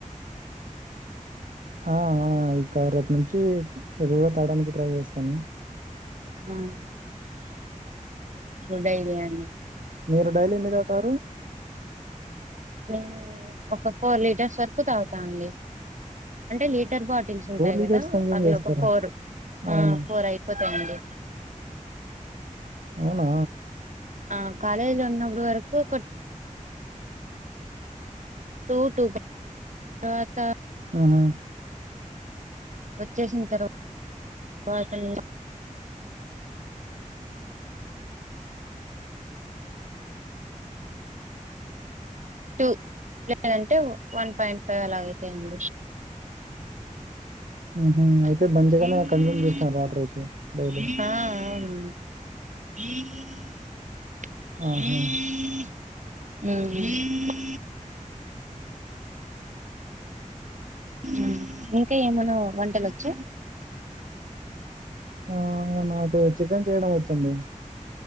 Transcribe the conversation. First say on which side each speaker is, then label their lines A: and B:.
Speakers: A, on the right; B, on the right.
A: ఆ ఆ ఇక రేపు నుంచీ ఎక్కువగా తాడానికి ట్రై జేస్తాను
B: ఉమ్ గుడ్ ఐడియా అండి
A: మీర్ డైలీ ఎన్ని తావుతారు
B: నేనూ ఒక ఫోర్ లీటర్స్ వరకు తాగుతా అండీ అంటే లీటర్ బాట్ బాటిల్స్ ఉంటయ్
A: లీటర్స్
B: గదా
A: కన్జ్యూమ్
B: అవి
A: చేస్తారా?
B: ఒక ఫోర్ ఆ
A: అవును.
B: ఫోర్ ఐపోతాయండి
A: ఔ నా
B: ఆ కాలేజ్ లో ఉన్నప్పుడు వరకు ఒకొట్ టూ టూ తర్వాత
A: అ హా
B: వచ్చేసిన్ తర్వాత్ తర్వాతని టూ లేదంటే వన్ పాయింట్ ఫైవ్ అలాగైతయ్ అండి
A: హుహు.
B: ఆ
A: అయితే మంచిగానే కన్జ్యూమ్
B: ఔనవును
A: చేస్తున్నారు వాటరయితే డైలీ.
B: ఇహ్ మ్ ఇహ్ ఇ
A: ఆహా!
B: ఉమ్మ్ ఉమ్ ఇంక ఏమనో వంటలొచ్చ
A: ఆహ్ ఇంగ నాకు చికెన్ చేయడం వచ్చండి